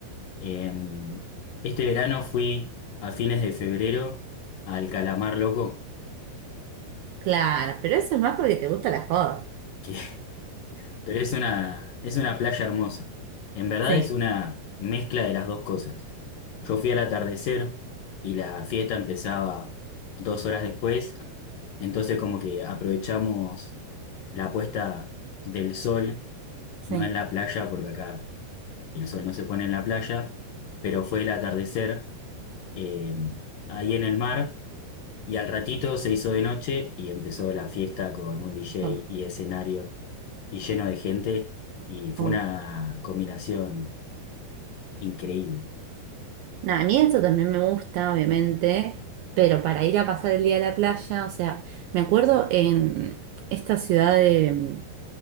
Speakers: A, on the left; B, on the right.
A: Eh, este verano fui a fines de febrero al Calamar Loco,
B: Claro, pero eso es más porque te gusta la joda.
A: que, <laughs> pero es una, es una playa hermosa. En verdad
B: Sí,
A: es una mezcla de las dos cosas. Yo fui al atardecer y la fiesta empezaba dos horas después, entonces como que aprovechamos la puesta del sol
B: sí,
A: no en la playa, porque acá el sol no se pone en la playa, pero fue el atardecer eh, ahí en el mar y al ratito se hizo de noche y empezó la fiesta con un DJ
B: mejor,
A: y escenario y lleno de gente y fue
B: obvio.
A: una combinación increíble.
B: Nada, a mí esto también me gusta, obviamente, pero para ir a pasar el día a la playa, o sea, me acuerdo en esta ciudad de,